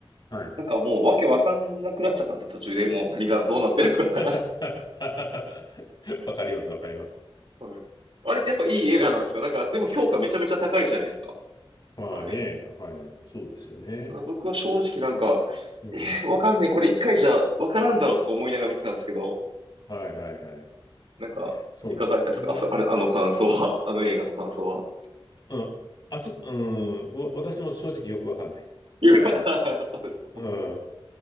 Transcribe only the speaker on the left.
はい。
<laughs> わかります、わかります。
<laughs> まあね、
はい、そうですよね。
うん。
はいはいはい。
そうですよね。
うん。あそ、うん、わ私も正直よくわかんない。
うん。